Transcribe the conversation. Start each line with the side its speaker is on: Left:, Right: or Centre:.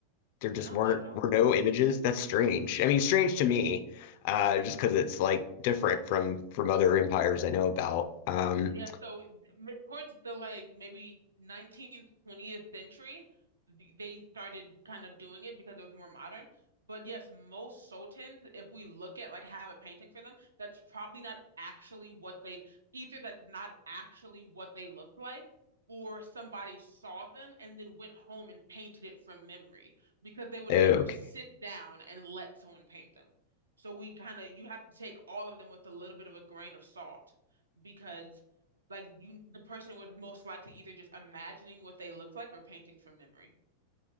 Left: there just
Right: No,
Left: weren't
Right: not at all.
Left: were no images. That's strange. I mean, strange to me, uh just because it's like different from from other empires I know about. Um
Right: Yeah, so m- towards the like maybe 19th, 20th century, th- they started kind of doing it because it was more modern. But yes, most sultans, if we look at like I have a painting for them, that's probably not actually what they either that's not actually what they looked like, or somebody saw them and then went home and painted it from memory because they would
Left: okay.
Right: never sit down and let someone paint them. So we kind of you have to take all of them with a little bit of a grain of salt because like you, the person was most likely either just imagining what they looked like or painting from memory.